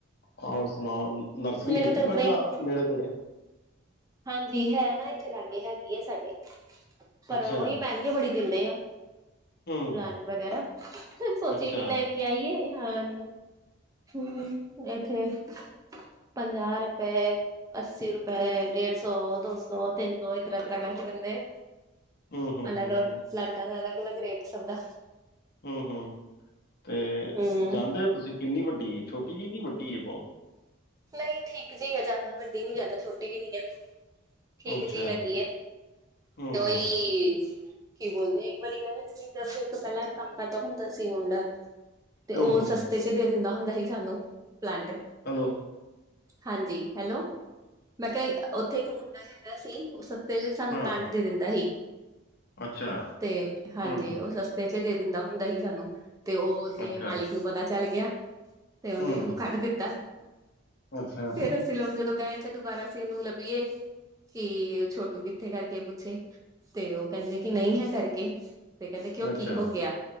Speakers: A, on the left; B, on the right.
A: ਹੋਰ ਸੁਣਾਓ ਨਰਸਰੀ
B: ਮੈਨੂੰ
A: ਹੈਗੀ
B: ਤੇ ਉਤਰਾ
A: ਤੁਹਾਡੇ
B: ਹੀ
A: ਨੇੜੇ ਤੇੜੇ?
B: ਹਾਂਜੀ ਹੈ ਨਾ ਇੱਥੇ ਲਾਗੇ ਹੈਗੀ ਆ ਸਾਡੇ ਪਰ
A: ਅੱਛਾ
B: ਉਹੀ ਮਹਿੰਗੇ ਬੜੀ ਦਿੰਦੇ ਆ।
A: ਹੂੰ
B: ਪਲਾਂਟ ਵਗੈਰਾ, ਸੋਚੀਏ
A: ਅੱਛਾ
B: ਕਿ ਲੈ ਕੇ ਆਈਏ। ਹਾਂ। ਹੂੰ। ਇੱਥੇ ਪੰਜਾਹ ਰੁਪਏ, ਅੱਸੀ ਰੁਪਏ, ਡੇਢ ਰੁਪਏ। ਤ ਸੌ ਦੋ ਸੌ ਤਿੰਨ ਸੌ ਇਤਰਰ ਤਰਕ ਚ ਦਿੰਦੇ
A: ਹੂੰ ਹੂੰ
B: ਅਲੱਗ
A: ਹੂੰ
B: ਅਲਗ-ਅਲਗ
A: ਹੂੰ
B: ਪਲਾਟਾਂ ਦਾ ਅਲਗ ਅਗਲ ਰੇਟ ਸਭ ਦਾ।
A: ਹੂੰ-ਹੂੰ, ਤੇ
B: ਹਮ
A: ਜਾਣਦੇ ਹੋ ਤੁਸੀਂ ਕਿੰਨੀ ਵੱਡੀ ਛੋਟੀ ਜਿਹੀ ਕਿ ਵੱਡੀ ਹੈ ਬਹੁਤ।
B: ਨਹੀਂ ਠੀਕ ਜਿ ਆ ਜਿਆਦਾ ਵੱਡੀ ਨੀ ਜਿਆਦਾ ਛੋਟੀ ਵੀ ਨਹੀਂ ਆ। ਠੀਕ
A: ਅੱਛਾ,
B: ਜੀ ਹੈਗੀ ਹੈ
A: ਹੂੰ-ਹੂੰ,
B: ਤੇ ਉਹੀ ਕੀ ਬੋਲਦੇ ਇੱਕ ਵਾਰੀ ਗਏ ਸੀ ਤਾਂ ਫਿਰ ਪਹਿਲਾਂ ਕੰਮ ਕਰਦਾ ਹੁੰਦਾ ਸੀ ਮੁੰਡਾ। ਤੇ
A: ਹੂੰ-ਹੂੰ,
B: ਉਹ ਸਸਤੇ ਚ ਦੇ ਦਿੰਦਾ ਹੁੰਦਾ ਸੀ ਸਾਨੂੰ ਪਲਾਂਟ।
A: ਹੈਲੋ।
B: ਹਾਂਜੀ ਹੈਲੋ ਮੈਂ ਕਿਹਾ ਉੱਥੇ ਇੱਕ ਮੁੰਡਾ ਹੈਗਾ ਸੀ ਉਸ ਸਸਤੇ ਚ ਸਾਨੂੰ
A: ਹਾਂ,
B: ਪਲਾਂਟ ਦੇ ਦਿੰਦਾ ਸੀ
A: ਅੱਛਾ,
B: ਤੇ ਹਾਂਜੀ
A: ਹੂੰ, ਹੂੰ।
B: ਉਹ ਰਸਤੇ ਚ ਦੇ ਦਿੰਦਾ ਹੁੰਦਾ ਸੀ ਸਾਨੂੰ ਤੇ ਉਹਦੇ
A: ਅੱਛਾ,
B: ਮਾਲਿਕ ਨੂੰ ਪਤਾ ਚੱਲ ਗਿਆ। ਤੇ ਉਹਨੇ
A: ਹੂੰ,
B: ਉਹਨੂੰ ਕੱਢ ਦਿੱਤਾ
A: ਅੱਛਾ,
B: ਫੇਰ ਅਸੀਂ ਲ ਜਦੋਂ ਤੇ ਦੁਬਾਰਾ ਅਸੀਂ ਉਹਨੂੰ ਲੱਭੀਏ ਕਿ ਛੋਟੂ ਕਿੱਥੇ ਕਰਕੇ ਪੁੱਛੇ ਤੇ ਉਹ ਕਹਿੰਦੇ ਕਿ ਨਹੀਂ ਹੈ ਕਰਕੇ ਤੇ ਕਹਿੰਦੇ ਕਿਉਂ
A: ਅੱਛਾ,
B: ਕੀ ਹੋ ਗਿਆ